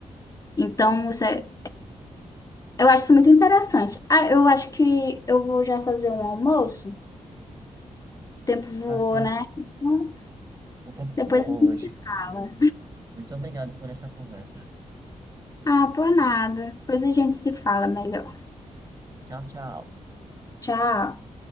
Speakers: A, on the left (about 25°); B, on the right (about 25°).
A: Então, isso é- eu acho isso muito interessante. Ah, eu acho que eu vou já fazer um almoço. O tempo voou,
B: Tá certo.
A: né? Então,
B: O tempo foi
A: Depois
B: hoje.
A: a gente se fala.
B: Muito obrigado por essa conversa.
A: Ah, por nada. Depois a gente se fala melhor.
B: Tchau, tchau.
A: Tchau.